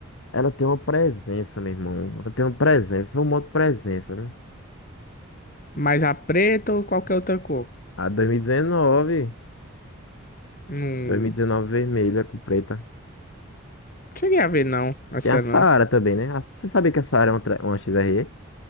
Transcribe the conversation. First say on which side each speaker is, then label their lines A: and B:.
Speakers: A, on the left; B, on the left.
A: Ela tem uma presença, meu irmão. Ela tem uma presença. Foi uma moto presença, né?
B: Mas a preta ou qualquer outra cor?
A: A 2019.
B: Não
A: 2019 vermelha com preta.
B: cheguei a ver, não. Essa
A: Tem a Saara
B: não.
A: também, né? A- Você sabia que a Saara é uma, tre- uma XRE?